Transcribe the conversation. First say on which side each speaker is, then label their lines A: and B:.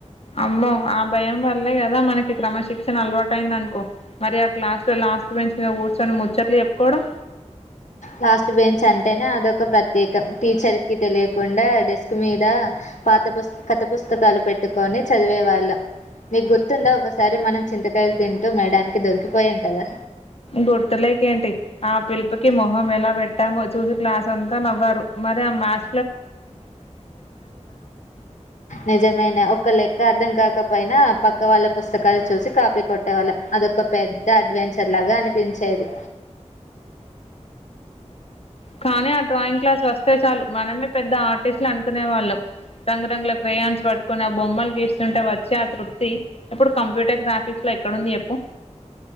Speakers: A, on the left (about 55°); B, on the left (about 85°).
A: అమ్మో ఆ భయం వర్లే కదా మనకి క్రమశిక్షణ అలవాటు అయింది అనుకో మరి ఆ క్లాస్ లో లాస్ట్ పెంచి కూర్చొని ముచ్చట్లు చెప్పుకోవడం
B: లాస్ట్ బెంచ్ అంటేనే అదొక ప్రత్యేకం టీచర్ కి తెలియకుండా డెస్క్ స్క్ మీద పాత పుస్ కథ పుస్తకాలు పెట్టుకొని చదివేవాళ్ళం నీకు గుర్తుందా ఒకసారి మనం చింతకాయలు తింటూ మేడానికి దొరికిపోయాం కదా
A: గుర్తులేకేంటి ఆ పిలుపుకి మొహం ఎలా పెట్టామో చూసి క్లాస్ అంతా నవ్వారు మరి ఆ మ్యాస్
B: నిజమేనే ఒక లెక్క అర్థం కాకపోయినా పక్క వాళ్ళ పుస్తకాలు చూసి కా పి కొట్టేవాళ్ళం అదొక పెద్ద అడ్వెంచర్ లాగా అనిపించేది
A: కానీ ఆ డ్రాయింగ్ క్లాస్ వస్తే చాలు మనమే పెద్ద ఆర్టిస్ట్లు అనుకునే వాళ్ళం రంగురంగుల క్రెయాన్స్ పట్టుకుని ఆ బొమ్మలు గీస్తుంటే వచ్చే ఆ తృప్తి తి ఇప్పుడు కంప్యూటర్ గ్రాఫిక్స్ లో ఎక్కడుంది చెప్పు